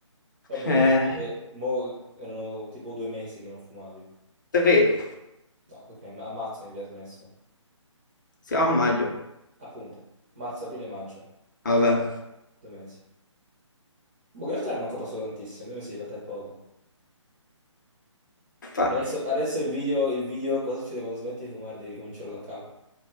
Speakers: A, on the right (about 20°); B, on the left (about 40°).
A: Vabbè,
B: Eh,
A: questo è- mo erano tipo due mesi che non fumavi.
B: tre,
A: No, perché a marzo mi hai smesso.
B: siamo a maggio,
A: Appunto, marzo, aprile, maggio,
B: vabbè,
A: due mesi. Boh, in realtà non è manco passato tantissimo, due mesi in realtà è poco.
B: infatti.
A: Adesso, adesso il video, il video, cosa succede quando smetti di fumare? Devi cominciarlo da capo.